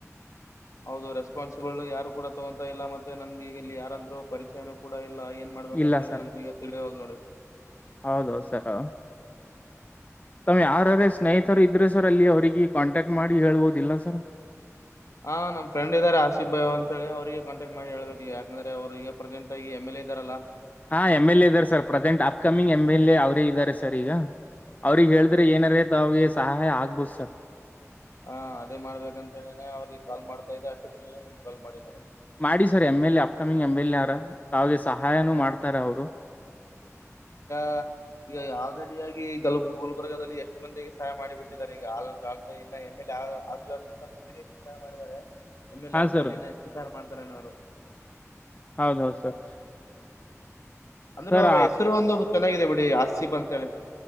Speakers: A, on the left (about 70°); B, on the left (about 30°).
A: ಹೌದು ರೆಸ್ಪಾನ್ಸಿಬಲ್ ಯಾರು ಕೂಡ ತಗೊತ ಇಲ್ಲ ಮತ್ತೆ ನಮ್ಗೆಗ ಇಲ್ಲಿ ಯಾರಾದ್ೂ ಪರಿಚಯನೂ ಕೂಡ ಇಲ್ಲ ಏನ್ ಮಾಡ್ಬೇಕಂತ
B: ಇಲ್ಲ
A: ಹೇಳಿ
B: ಸರ್
A: ನಮ್್ದ ಈಗ ತಿಳವಲ್ ನೋಡಿ
B: ಹೌದೌದು ಸರ್ ತಾವ್ ಯಾರಾರ ಸ್ನೇಹಿತರು ಇದ್ರೆ ಸರ್ ಅಲ್ಲಿ ಅವ್ರಿಗೆ ಕಾಂಟ್ಯಾಕ್ಟ್ ಮಾಡಿ ಹೇಳ್ಬೋದಿಲ್ಲ ಸರ್
A: ಹಾ ನ್ ಫ್ರೆ ಆಸಿಫ್ ಭಯ್ ಅಂತ ಹೇಳಿ ಅವ್ರರಿಗೆ ಕಾಂಟಕ್ ಮಾಡಿ ಹೇಬೇಕ ಯಾಕಂದ್ರೆ ಅವ್ರ ಈಗ ಪ್ರೆಸೆಂ ಆಗಿ ಎಮ ಎ ಇದ್ದಾರಲ್ಲಾ
B: ಹಾ ಎಮ್ ಎಲ್ ಎ ಇದ್ದಾರೆ sir present upcoming M L A ಅವರೇ ಇದ್ದಾರೆ ಸರ್ ಈಗ ಅವ್ರಿಗೆ ಹೇಳಿದ್ರೆ ಏನಾರ ತ ಅವಿಗೆ ಸಹಾಯ ಆಗ್ಬೋದು ಸರ್
A: ಹಾ ಅದೇ ಮಾಡ್ಬೇಕಂತ ಹೇಳನೆ ಅವ್ರಿಗೆ ಕಾ ಮಾಡ್ತಾ ಇದದೆ ಅಷ್ಟತ್ರ ನಿಮ ಕಾಲ್ ಮಾಡಿ ನೋಡ
B: ಮಾಡಿ sir M L A upcoming M L A ಅವರ ಅವಾವಿಗೆ ಸಹಾಯನೂ ಮಾಡ್ತಾರ ಅವ್ರು <unintelligible>
A: ಹಾ ಈಗ ಆಲ್ರೆಡಿಯಗಿ ಗ ಗುಲ್ಬರ್ಗದಲ್ಲಿ ಎಷ್ಟು ಮಂದಿಗೆ ಸಹಾಯ ಮಾಡಿಬಿಟ್ಟಿದ್ದಾರೆ ಈಗ ಇನ್ನ ಎ್ ಎಲ್ ಯ ಆಗ್ಲರ್ಗಂತ ಮುಂಚೂರಿ ಹೆಚ್ಚಿ ಸ್ನಾನ ಮಾಡಿದ್ದಾರೆ ಎಮ ಎಲ್
B: ಹಾ
A: ಆದ್ಮೇಲೆ
B: ಸರ್
A: ಇನ್ನ ಎಷ್ಟು ಸಾರ್ ಮಾಡ್ತಾರೇನ ಅವ್ರು
B: ಹೌದೌದು ಸರ್
A: ಅಂದ್ರೆ
B: ಸರ್
A: ಅವ್ರ ಹೆಸರು ಒಂದು ಚೆನ್ನಾಗಿದೆ ಬಿಡಿ ಆಸ್ತಿೀಪ್ ಅಂತೇಳಿ